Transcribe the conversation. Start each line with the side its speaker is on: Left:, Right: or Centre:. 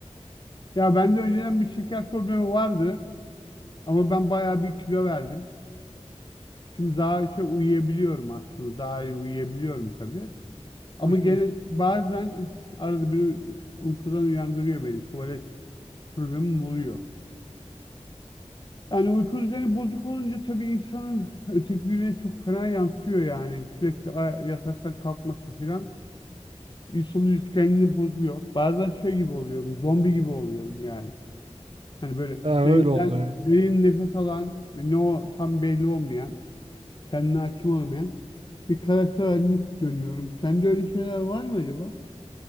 Left: Ya bende önceden bir şeker problemi vardı ama ben bayağı bir kilo verdim. Şimdi daha şey uyuyabiliyorum aslında. Daha iyi uyuyabiliyorum tabii. Ama
Right: Hı hı.
Left: gene bazen arada bir uy- uykudan uyandırıyor beni. Tuvalet problemim oluyor. Yani uyku düzeni bozuk olunca tabii insanın öteki güne çok fena yansıyor yani. Sürekli a- yataktan kalkması falan. İnsanın üretkenliğini bozuyor. Bazen şey gibi oluyorum, zombi gibi oluyorum yani. Hani böyle
Right: Ha, öyle
Left: derinden,
Right: oluyor
Left: derin nefes alan ve ne o tam belli olmayan, kendine hakim olamayan bir karakter haline dönüyorum. Sende öyle şeyler var mı acaba?